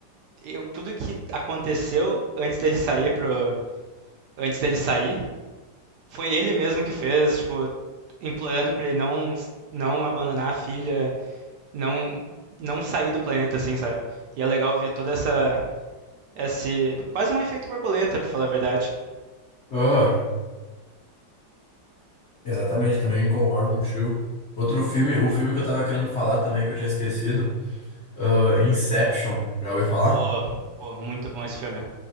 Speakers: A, on the right; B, on the left.
A: eu- tudo que aconteceu antes dele sair pro antes dele sair. Foi ele mesmo que fez, tipo, implorando pra ele não, não abandonar a filha, não, não sair do planeta, assim, sabe? E é legal ver toda essa. Esse, quase um efeito borboleta, pra falar a verdade.
B: Aham. Exatamente, também concordo contigo. Outro filme, o filme que eu tava querendo falar também, que eu tinha esquecido, ah, Inception. Já ouviu falar?
A: Pô, pô, muito bom esse filme.